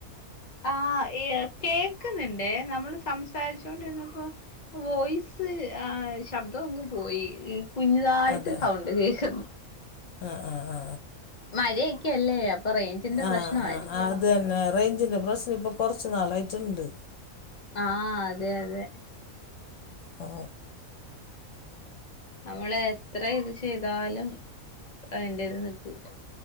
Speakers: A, on the left; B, on the left.
A: ആ എ കേക്കുന്നുണ്ടേ നമ്മള് സംസാരിച്ചോണ്ടിരുന്നപ്പോ വോയിസ് ആ ശബ്ദം ഒന്ന് പോയി കുഞ്ഞുതായിട്ട്
B: അതെ
A: സൗണ്ട് കേക്കുന്നു
B: ആ ആ ആ
A: മഴയെക്കെയല്ലേ അപ് റേഞ്ചിന്റെ
B: ആ ആ
A: പ്രശ്നമായിയിരിക്കും
B: ആ ആ അത് തന്നെ റേഞ്ചിൻ്റെ പ്രശ്നം ഇപ്പോൾ കുറച്ച് നാളായിട്ട്ണ്ട്
A: ആ അതെ അതെ
B: ആ
A: നമ്മളെ എത്ര ഇത് ചെയ്താലും അതിൻ്റേത് നിൽക്കൂല്ല